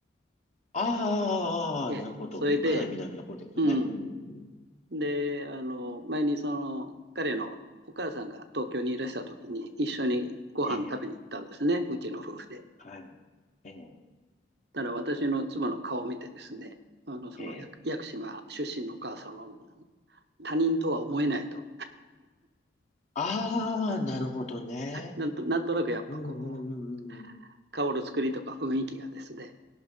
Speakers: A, on the left; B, on the right.
A: ああなるほどみかなり南のほうですね。
B: ええ、それで、うん。
A: うんうん
B: で、あの、前にその、彼のお母さんが東京にいらした時に一緒にご飯食べに行ったんですね、
A: ええ
B: うちの夫婦で。
A: はいええ
B: ただ私の妻の顔を見てですね、あの、その屋屋久島出身のお母さんはもう
A: ええ
B: 他人とは思えないと。
A: ああなるほどね。
B: なんと、なんとなくやっぱこう、
A: うんうんうんうん
B: 顔の作りとか雰囲気がですね、